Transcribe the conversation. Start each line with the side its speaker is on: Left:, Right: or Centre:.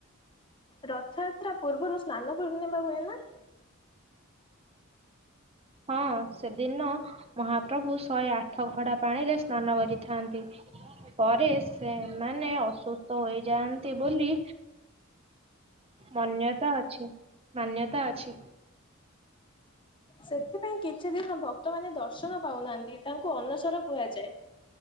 Left: ରଥଯାତ୍ରା ପୂର୍ବରୁ ସ୍ନାନ ପୂର୍ଣ୍ଣିମା ହୁଏ ନା?
Right: ହଁ ସେଦିନ ମହାପ୍ରଭୁ ଶହେ ଆଠ ଘଡା ପାଣିରେ ସ୍ନାନ କରିଥାନ୍ତି। ପରେ ସେମାନେ ଅସୁସ୍ଥ ହୋଇଯାଆନ୍ତି ବୋଲି ମାନ୍ୟତା ଅଛି, ମାନ୍ୟତା ଅଛି।
Left: ସେଥିପାଇଁ କିଛି ଦିନ ଭକ୍ତ ମାନ ଦର୍ଶନ ପାଉନାହାନ୍ତି, ତାଙ୍କୁ ଅନସର କୁହାଯାଏ।